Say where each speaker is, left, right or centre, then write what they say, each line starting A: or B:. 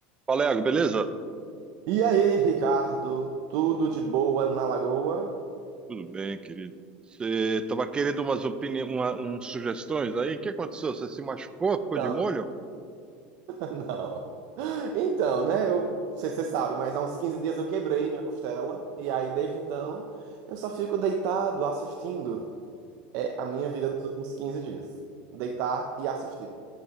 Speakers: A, on the right; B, on the right.
A: Fala, Iago, beleza?
B: E aí, Ricardo, tudo de boa na Lagoa?
A: Tudo bem, querido. Você estava querendo umas opiniões, umas sugestões aí? O que aconteceu? Você se machucou? Ficou
B: Não,
A: de molho?
B: <laughs> não. Então, né, eu não sei se você sabe, mas há uns 15 dias eu quebrei minha costela, e aí desde então eu só fico deitado assistindo. É a minha vida dos últimos 15 dias. Deitar e assistir.